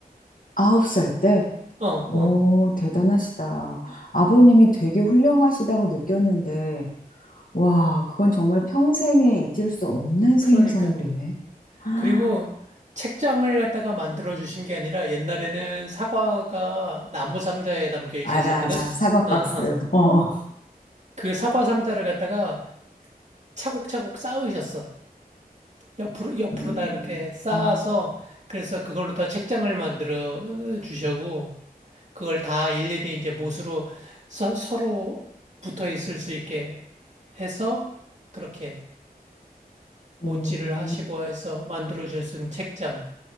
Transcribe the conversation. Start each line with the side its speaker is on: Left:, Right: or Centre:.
Left: 아홉 살 때?
Right: 어,
Left: 오,
Right: 어.
Left: 대단하시다. 아버님이 되게 훌륭하시다고 느꼈는데, 와, 그건 정말 평생에 잊을 수 없는 생일
Right: 그러니까.
Left: 선물이네. <gasps> 아,
Right: 그리고 책장을 갖다가 만들어 주신 게 아니라 옛날에는 사과가 나무 상자에 담겨 있었었거든?
Left: 알아, 알아. 사과
Right: 어,
Left: 박스.
Right: 어.
Left: 어. 어.
Right: 그 사과 상자를 갖다가 차곡차곡 쌓으셨어. 옆으로, 옆으로
Left: 음,
Right: 다 이렇게 쌓아서
Left: 음,
Right: 그래서 그걸로 다 책장을 만들어 주셔고 그걸 다 일일이 이제 못으로 서, 서로 붙어 있을 수 있게 해서 그렇게 못질을
Left: 음.
Right: 하시고 해서 만들어 주신 책장.